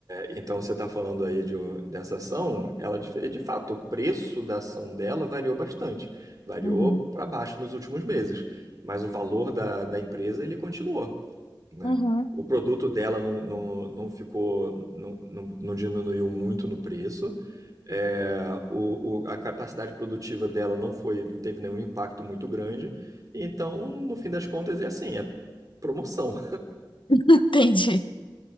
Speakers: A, on the right (about 45°); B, on the left (about 85°).
A: Então você está falando aí de, dessa ação, ela de, de fato, o preço da ação dela variou bastante. Variou
B: uhum,
A: para baixo nos últimos meses, mas o valor da, da empresa ele continuou, né?
B: uhum.
A: O produto dela não, não, não ficou, não, não, não diminuiu muito no preço. É, o, o, a capacidade produtiva dela não foi, não teve nenhum impacto muito grande. Então, no fim das contas, é assim, é promoção.
B: <laughs> Entendi.